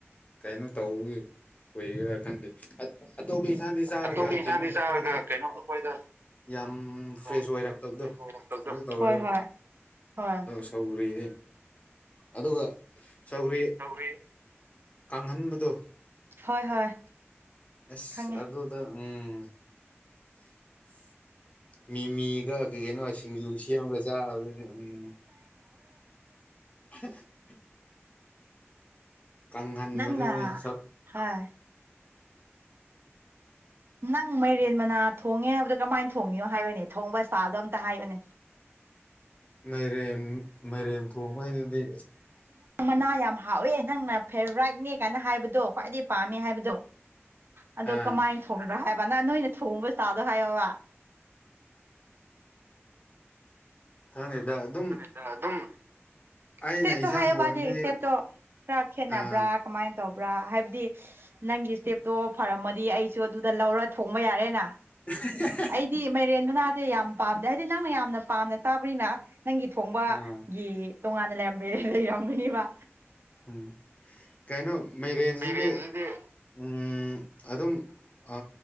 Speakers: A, on the left; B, on the right.
A: ꯀꯩꯅꯣ ꯇꯧꯕꯒꯤ ꯑꯣꯏꯔꯤꯔꯥ ꯈꯪꯗꯦ ꯑꯇꯣꯞꯄ ꯏꯟꯁꯥꯡꯗꯤ ꯆꯥꯔꯒ
B: ꯑꯇꯣꯞꯄ ꯏꯟꯁꯥꯡꯗꯤ
A: ꯀꯩꯅꯣ ꯑꯩꯈꯣꯏꯗ
B: ꯆꯥꯔꯒ ꯀꯩꯅꯣ ꯑꯩꯈꯣꯏꯗ
A: ꯌꯥꯝ ꯐ꯭ꯔꯦꯁ
B: ꯌꯥꯝ
A: ꯑꯣꯏꯔꯛꯇꯥꯕꯗꯣ
B: ꯐ꯭ꯔꯦꯁ ꯑꯣꯏꯔꯛꯇꯕꯗꯣ
A: ꯑꯗꯨ ꯇꯧꯋꯦꯕ
B: ꯍꯣꯏ ꯍꯣꯏ ꯍꯣꯏ
A: ꯁꯧꯒ꯭ꯔꯤꯗꯤ ꯑꯗꯨꯒ ꯁꯧꯒ꯭ꯔꯤ
B: <unintelligible>
A: ꯀꯥꯡꯍꯟꯕꯗꯣ
B: ꯍꯣꯏ ꯍꯣꯏ
A: ꯑꯁ
B: ꯈꯪꯉꯦ
A: ꯑꯗꯨꯗ ꯎꯝ <unintelligible> ꯃꯤꯃꯤꯒꯥ ꯀꯩ ꯀꯩꯅꯣ ꯁꯤꯡꯖꯨ ꯁꯦꯝꯃꯒ ꯆꯥꯕꯗꯨꯗꯤ ꯎꯝ <unintelligible> ꯀꯪꯍꯟꯕꯗꯨꯅꯤ
B: ꯅꯪꯅ
A: ꯁꯧ
B: ꯍꯣꯏ ꯅꯪ ꯃꯩꯔꯦꯟ ꯃꯅꯥ ꯊꯣꯡꯉꯦ ꯍꯥꯏꯕꯗꯣ ꯀꯃꯥꯏꯅ ꯊꯣꯡꯉꯤꯅꯣ ꯍꯥꯏꯌꯣꯅꯦ ꯊꯣꯡꯕ ꯏꯁꯇꯥꯜꯗꯣ ꯑꯝꯇ ꯍꯥꯏꯌꯣꯅꯦ
A: ꯃꯥꯏꯔꯦꯟ ꯃꯥꯏꯔꯦꯟ ꯊꯣꯡꯕꯥꯍꯥꯏꯗꯨꯗꯤ
B: ꯃꯅꯥ ꯌꯥꯝ ꯍꯥꯎꯋꯦ ꯅꯪꯅ ꯐꯦꯚꯔꯥꯏꯠꯅꯦ ꯀꯥꯏꯅ ꯍꯥꯏꯕꯗꯣ ꯈ꯭ꯋꯥꯏꯗꯒꯤ ꯄꯥꯝꯃꯦ ꯍꯥꯏꯕꯗꯣ ꯑꯗꯣ
A: ꯑꯥ
B: ꯀꯃꯥꯏꯅ ꯊꯣꯡꯕ꯭ꯔꯥ ꯍꯥꯏꯕ ꯅꯪ ꯅꯣꯏꯅ ꯊꯣꯡꯕ ꯏꯁꯇꯥꯏꯜ ꯗꯣ ꯍꯥꯏꯌꯣꯕ
A: ꯈꯪꯗꯦꯗꯥ ꯑꯗꯨꯝ
B: ꯈꯥꯔꯥ ꯑꯗꯨꯝ
A: ꯑꯩꯅ
B: ꯁꯇꯦꯞꯇꯣ
A: ꯏꯟꯁꯥꯡ
B: ꯍꯥꯏꯌꯣꯕꯥ
A: ꯊꯣꯡꯉꯗꯤ
B: ꯁꯇꯦꯞꯇꯣ ꯈꯔ ꯈꯦꯠꯅꯕ꯭ꯔꯥ
A: ꯑꯥ
B: ꯀꯃꯥꯏꯅ ꯇꯧꯕ꯭ꯔꯥ ꯍꯥꯏꯕꯗꯤ ꯅꯪꯒꯤ ꯏꯁꯇꯦꯞꯇꯣ ꯐꯔꯝꯃꯗꯤ ꯑꯩꯁꯨ ꯑꯗꯨꯗ ꯂꯧꯔ ꯊꯣꯡꯕ ꯌꯥꯔꯦꯅ
A: <unintelligible>
B: ꯑꯩꯗꯤ ꯃꯥꯏꯔꯦꯟ ꯃꯅꯥꯗꯤ ꯌꯥꯝ ꯄꯥꯝꯗꯦ ꯍꯥꯏꯗꯤ ꯅꯪꯅ ꯌꯥꯝꯅ ꯄꯥꯝꯅ ꯆꯥꯕꯅꯤꯅ ꯅꯪꯒꯤ ꯊꯣꯡꯕꯒꯤ
A: ꯑꯥ
B: ꯇꯣꯉꯥꯟꯅ ꯂꯩꯔ ꯂꯩꯔꯝꯒꯅꯦꯕ
A: ꯎꯝ ꯀꯩꯅꯣ ꯃꯥꯏꯔꯦꯟꯖꯤꯗꯤ
B: ꯃꯥꯏꯔꯦꯟꯁꯤꯗꯤ
A: ꯎꯝ ꯑꯗꯨꯝ ꯑ